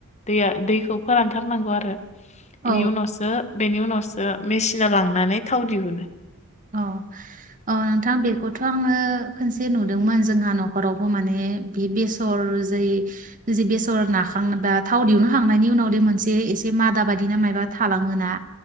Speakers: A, on the left; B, on the right.
A: दैया दैखौ फोरानथारनांगौ आरो।
B: औ
A: इनि उनावसो बेनि उनावसो मेसिनाव लांनानै थाव दिहुनो।
B: औ औ नोंथां बेखौथ' आङो खनसे नुदोंमोन जोंहा न'खरावबो माने बे बेसर जै जै बेसर नाखांबा थाव दिहुनखांनायनि उनाव बे मोनसे एसे मादा बायदिना मायबा थालाङोना?